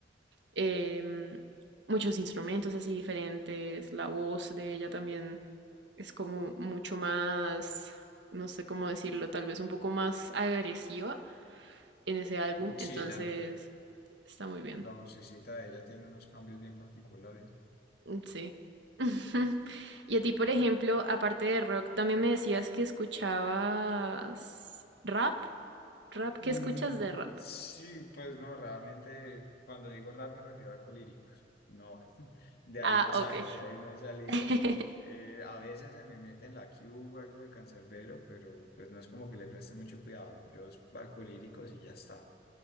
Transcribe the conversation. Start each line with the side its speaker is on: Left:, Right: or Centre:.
Right: em, muchos instrumentos así diferentes, la voz de ella también es como mucho más, no sé cómo decirlo, tal vez un poco más agresiva en ese álbum,
Left: Sí,
Right: entonces
Left: ella
Right: está muy bien,
Left: La vocecita de ella tiene unos cambios bien particulares.
Right: Mm, sí. <laughs> Y a ti, por ejemplo, aparte de rock, también me decías que escuchabas rap, rap, ¿qué
Left: Mm,
Right: escuchas de rap?
Left: sí, pues no, realmente cuando digo rap me refiero a colíricos. No, <laughs> de ahí
Right: Ah,
Left: no salgo,
Right: ok.
Left: de ahí no he salido.
Right: <laughs>
Left: Eh, a veces se me mete en la Q algo de cancerbero, pero pues no es como que le preste mucho cuidado. Yo es alcolíricos y ya está.